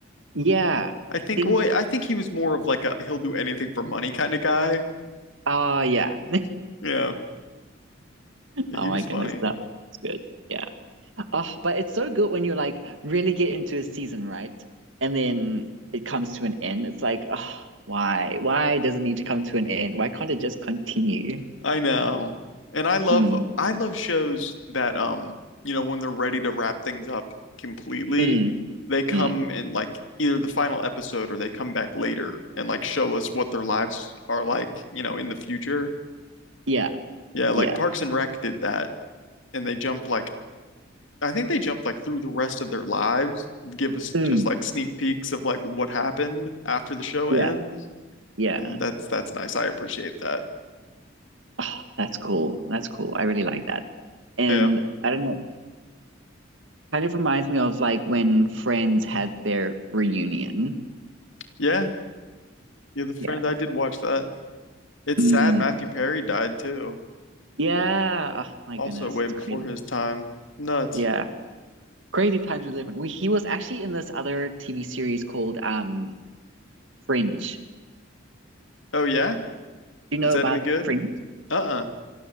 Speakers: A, on the right; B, on the left.
A: Yeah.
B: I
A: I
B: think,
A: think
B: well, I think he was more of like a he'll do anything for money kind of guy.
A: uh yeah. <laughs>
B: Yeah, Yeah,
A: Oh
B: he
A: my
B: was
A: goodness,
B: funny.
A: that was good. Yeah. Oh, but it's so good when you like really get into a season, right? And then it comes to an end. It's like, oh, why? Why does it need to come to an end? Why can't it just continue?
B: I know. And I love
A: Mm,
B: I love shows that um, you know, when they're ready to wrap things up completely,
A: mm,
B: they come
A: mm.
B: in like either the final episode or they come back later and like show us what their lives are like, you know, in the future.
A: Yeah,
B: Yeah, like
A: yeah.
B: Parks and Rec did that and they jumped like I think they jumped like through the rest of their lives, give us
A: Mm,
B: just like sneak peeks of like what happened after the show
A: yeah,
B: ends.
A: yeah.
B: And that's that's nice. I appreciate that.
A: Oh, that's cool. That's cool. I really like that. And
B: Yeah.
A: I don't know, kind of reminds me of like when Friends had their reunion.
B: Yeah. Yeah, the friend
A: Yeah.
B: I did watch that. It's
A: Mm,
B: sad Matthew Perry died too.
A: yeah. Oh my
B: Also
A: goodness,
B: way
A: it's
B: before
A: crazy.
B: his time. Nuts.
A: Yeah. Crazy times we live in. We, he was actually in this other TV series called um Fringe.
B: Oh yeah?
A: Do you know
B: Is that
A: about
B: any good?
A: Fringe?
B: Uh-uh.